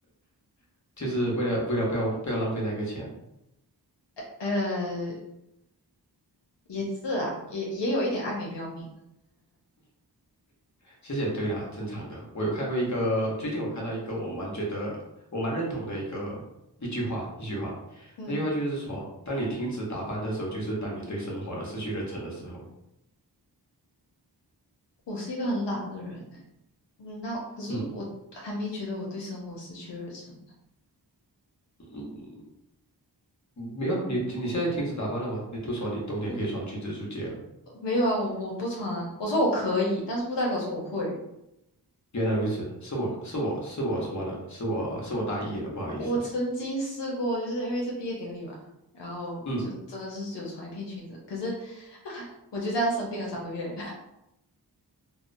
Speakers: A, on the left; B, on the left.
A: 就是为了为了不要不要浪费那个钱，
B: 呃，也是啊，也也有一点爱美不要命。
A: 其实也对啦，正常的。我有看过一个，最近我看到一个我蛮觉得我蛮认同的一个一句话，一句话，
B: 嗯，
A: 那句话就是说，当你停止打扮的时候，就是当你对生活失去了忱的时候。
B: 我是一个很懒的人哎。嗯，那可是我还没觉得我对生活失去热忱。
A: 嗯嗯，没有，你你现在停止打扮了吗？你都说你冬天可以穿裙子出街了，
B: 不，没有啊，我我不穿啊。我说我可以，但是不代表说我会。
A: 原来如此，是我是我是我什么了？是我是我大意了，不好意思。
B: 我曾经试过，就是因为是毕业典礼嘛，然后就真的是只有穿一片裙子，
A: 嗯。
B: 可是 <laughs> 我就这样生病了三个月。